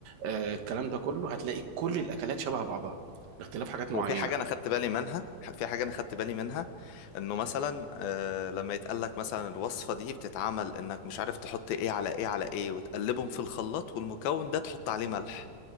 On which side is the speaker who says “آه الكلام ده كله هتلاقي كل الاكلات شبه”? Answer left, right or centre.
Right